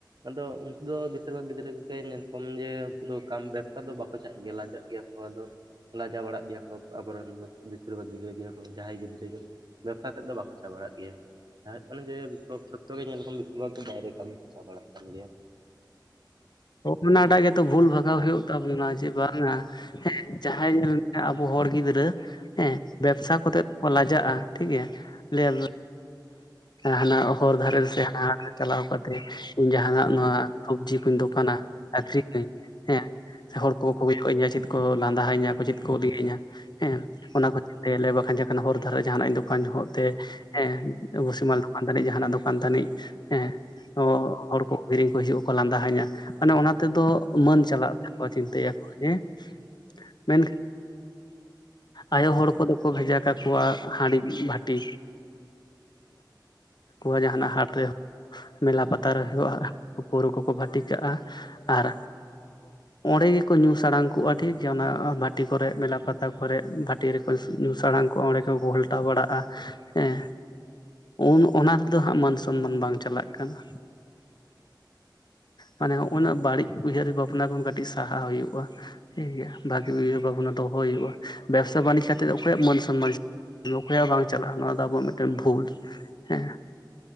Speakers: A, on the right; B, on the left.
A: ᱟᱫᱚ ᱩᱱᱠᱩ ᱫᱚ ᱵᱮᱥᱤᱨ ᱵᱷᱟᱜᱽ ᱜᱤᱫᱽᱨᱟᱹ ᱠᱚᱜᱮ ᱧᱮᱞ ᱠᱚᱢ ᱡᱮ ᱩᱱᱠᱩ ᱵᱮᱵᱽᱥᱟ ᱫᱚ ᱵᱟᱠᱚ ᱪᱟᱜ ᱜᱮᱭᱟ ᱞᱟᱡᱟᱜ ᱜᱮᱭᱟ ᱠᱚ ᱟᱫᱚ ᱞᱟᱡᱟᱣ ᱵᱟᱲᱟᱜ ᱜᱮᱭᱟ ᱠᱚ ᱟᱵᱚᱨᱮᱱ ᱫᱚ ᱵᱮᱥᱤᱨ ᱵᱷᱟᱜᱽ ᱜᱤᱫᱽᱨᱟᱹ ᱜᱮ, ᱡᱟᱦᱟᱸᱭ ᱜᱤᱫᱽᱨᱟᱹ ᱜᱮ ᱵᱮᱵᱽᱥᱟ ᱥᱮᱫ ᱫᱚ ᱵᱟᱠᱚ ᱪᱟ ᱵᱟᱲᱟᱜ ᱜᱮᱭᱟ ᱡᱟᱦᱟᱸ ᱦᱩᱭᱩᱜ ᱠᱟᱱᱟ ᱡᱮ ᱛᱚ ᱡᱷᱚᱛᱚ ᱜᱮ ᱧᱮᱞ ᱠᱚ ᱵᱮᱥᱤᱨ ᱵᱷᱟᱜ ᱫᱚ ᱵᱟᱭᱨᱮ ᱠᱟᱹᱢᱤ ᱠᱚ ᱪᱟᱣ ᱵᱟᱲᱟᱜ ᱠᱟᱱ ᱜᱮᱭᱟ᱾
B: ᱚᱱᱟᱴᱟᱜ ᱜᱮᱛᱚ ᱵᱷᱩᱞ ᱵᱷᱟᱜᱟᱣ ᱦᱩᱭᱩᱜ ᱛᱟᱵᱚᱱᱟ ᱡᱮ ᱵᱟᱝᱟ ᱦᱮᱸ ᱡᱟᱦᱟᱸᱭ ᱧᱮᱞ ᱟᱵᱚ ᱦᱚᱲ ᱜᱤᱫᱽᱨᱟᱹ ᱦᱮᱸ ᱵᱮᱵᱽᱥᱟ ᱠᱚᱨᱮᱫ ᱠᱚ ᱞᱟᱡᱟᱜᱼᱟ, ᱴᱷᱤᱠᱜ ᱜᱮᱭᱟ ᱦᱟᱱᱟ ᱦᱚᱨ ᱫᱷᱟᱨᱮ ᱥᱮ ᱦᱟᱱᱟ ᱦᱟᱴ ᱪᱟᱞᱟᱣ ᱠᱟᱛᱮᱜ ᱡᱟᱦᱱᱟᱜ ᱱᱚᱣᱟ ᱥᱚᱵᱽᱡᱤ ᱠᱚᱧ ᱫᱚᱠᱟᱱᱟ ᱟᱠᱷᱨᱤᱧᱟᱹᱧ ᱦᱮᱸ ᱦᱚᱲ ᱠᱚ ᱠᱚ ᱠᱚᱭᱚᱜ ᱤᱧᱟᱹ ᱪᱮᱫ ᱠᱚ ᱞᱟᱸᱫᱟ ᱟᱸᱧᱟ ᱪᱮᱫ ᱠᱚ ᱞᱟᱹᱭᱤᱧᱟ ᱦᱮᱸ ᱚᱱᱟ ᱠᱚ ᱵᱟᱠᱷᱟᱱ ᱡᱚᱠᱷᱚᱱ ᱦᱚᱨ ᱫᱷᱟᱨᱮ ᱡᱟᱦᱱᱟᱜ ᱫᱚᱠᱟᱱ ᱡᱚᱦᱚᱜ ᱛᱮ ᱦᱮᱸ ᱵᱩᱥᱤᱢᱟᱞ ᱫᱚᱠᱟᱱ ᱛᱟᱱᱤᱡ ᱡᱟᱦᱱᱟᱜ ᱫᱚᱠᱟᱱ ᱫᱚᱠᱟᱱ ᱛᱟᱱᱤᱡ ᱦᱮᱸ ᱦᱚᱲ ᱠᱚ ᱠᱤᱨᱤᱧ ᱠᱚ ᱦᱤᱡᱩᱜ ᱟᱠᱚ ᱞᱟᱸᱫᱟ ᱟᱸᱧᱟ ᱢᱟᱱᱮ ᱚᱱᱟ ᱛᱮᱫᱚ ᱢᱟᱹᱱ ᱪᱟᱞᱟᱜ ᱛᱟᱠᱚᱣᱟ ᱪᱤᱱᱛᱟᱹᱭᱟ ᱠᱚ ᱦᱮᱸ ᱢᱮᱱ ᱟᱭᱳ ᱦᱚᱲ ᱠᱚᱫᱚ ᱠᱚᱫᱚ ᱠᱚ ᱵᱷᱮᱡᱟ ᱠᱟᱠᱚᱣᱟ ᱦᱟᱺᱰᱤ ᱵᱷᱟᱴᱤ ᱴᱤ ᱡᱟᱦᱟᱱᱟᱜ ᱦᱟᱴ ᱨᱮ ᱢᱮᱞᱟ ᱯᱟᱛᱟᱨ ᱨᱮ ᱦᱩᱭᱩᱜᱼᱟ, ᱯᱟᱹᱣᱨᱟᱹ ᱠᱚᱠᱚ ᱵᱷᱟᱹᱴᱤ ᱠᱟᱜᱼᱟ, ᱟᱨ ᱚᱸᱰᱮ ᱜᱮᱠᱚ ᱧᱩ ᱥᱟᱲᱟᱝ ᱠᱚᱜᱼᱟ ᱴᱷᱤᱠ ᱜᱮᱭᱟ ᱚᱱᱟ ᱵᱷᱟᱴᱤ ᱠᱚᱨᱮ ᱢᱮᱞᱟ ᱯᱟᱛᱟ ᱠᱚᱨᱮ ᱵᱷᱟᱴᱤ ᱨᱮ ᱧᱩ ᱥᱟᱟᱲᱟᱝ ᱠᱚᱜ ᱚᱸᱰᱮ ᱜᱮᱠᱚ ᱜᱷᱚᱞᱴᱟᱣ ᱵᱟᱲᱟᱜᱼᱟ, ᱦᱮᱸ ᱩᱱ ᱚᱱᱟ ᱨᱮᱫᱚ ᱦᱟᱸᱜ ᱢᱟᱹᱱ ᱥᱚᱱᱢᱟᱱ ᱵᱟᱝ ᱪᱟᱞᱟᱜ ᱠᱟᱱᱟ᱾ ᱢᱟᱱᱮ ᱦᱚᱜᱼᱱᱚᱣᱟ ᱵᱟᱹᱲᱤᱡ ᱩᱭᱦᱟᱹᱨ ᱵᱷᱟᱵᱱᱟ ᱠᱷᱚᱱ ᱠᱟᱹᱴᱤᱡ ᱥᱟᱦᱟ ᱦᱩᱭᱩᱜᱼᱟ᱾ ᱴᱷᱤᱠ ᱜᱮᱭᱟ ᱵᱷᱟᱜᱤ ᱩᱭᱦᱟᱹᱨ ᱵᱷᱟᱵᱱᱟ ᱫᱚᱦᱚ ᱦᱩᱭᱩᱜᱼᱟ, ᱵᱮᱵᱽᱥᱟ ᱵᱟᱱᱤᱡᱽ ᱠᱟᱛᱮᱫ ᱫᱚ ᱚᱠᱚᱭᱟᱜ ᱢᱟᱹᱱ ᱥᱚᱱᱢᱟᱱ ᱚᱠᱚᱭᱟᱜ ᱵᱟᱝ ᱪᱟᱞᱟᱜᱼᱟ, ᱱᱚᱣᱟ ᱫᱚ ᱟᱵᱚᱣᱟᱜ ᱢᱤᱫᱴᱮᱱ ᱵᱷᱩᱞ ᱦᱮᱸ